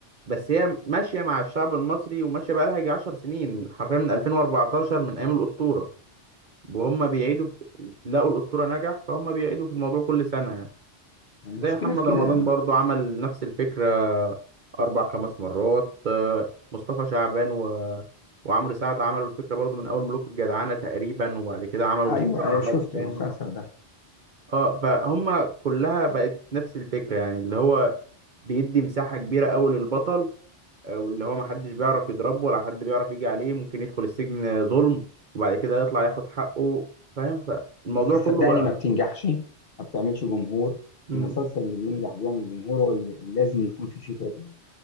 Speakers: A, on the right (about 50°); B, on the left (about 55°).
A: بس هي ماشيه مع الشعب المصري وماشيه بقى لها يجي 10 سنين حرفيا من 2014 من ايام الاسطوره وهم بيعيدوا في- لقوا الأسطورة نجح فهم بيعيدوا في الموضوع كل سنة يعني
B: يعني
A: زي
B: المشكله
A: محمد
B: في كده
A: رمضان
B: يعني
A: برضو عمل نفس الفكرة أربع خمس مرات آه، مصطفى شعبان و... وعمرو سعد عملوا الفكرة برضو من أول ملوك الجدعنة تقريبا وبعد كده عملوا
B: ايوه
A: مسلسل
B: ايوه
A: مع بعض
B: شفت
A: تاني
B: المسلسل ده
A: اه فهم كلها بقت نفس الفكرة يعني اللي هو بيدي مساحة كبيرة أوي للبطل آه، واللي هو محدش بيعرف يضربه ولا حد بيعرف يجي عليه ممكن يدخل السجن ظلم وبعد كده يطلع ياخد حقه فاهم ف... الموضوع
B: بس صدقني
A: كله بقى
B: ما بتنجحش ما بتعملش جمهور
A: امم
B: المسلسل اللي بينجح وبيعمل جمهور هو اللي اللي لازم يكون فيه فكره جديده